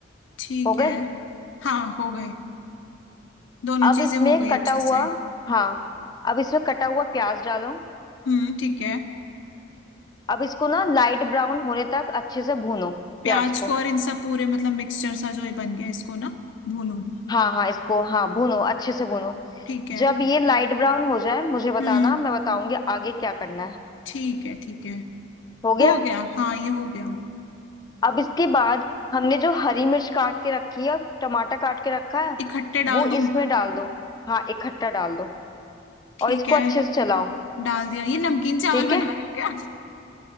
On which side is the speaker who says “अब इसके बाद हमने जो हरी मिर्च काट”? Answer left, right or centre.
Left